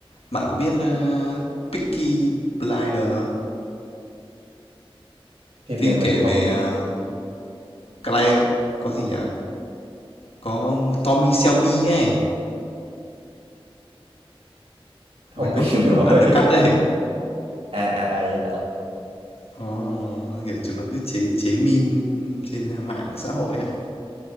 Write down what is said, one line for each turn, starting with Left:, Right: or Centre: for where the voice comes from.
Left: Bạn có biết, ơ, Peaky Blinders không?
Right: Phim
Left: Phim
Right: này mình
Left: kể về,
Right: không
Left: ờ, Cly có gì nhỉ? Có ông Tommy Shelby ấy,
Right: không
Left: mà có
Right: biết
Left: kiểu
Right: <laughs>
Left: đầu
Right: rồi.
Left: undercut ấy.
Right: À à à vậy hả?
Left: Ồ, kiểu chúng nó cứ chế chế meme trên mạng xã hội á.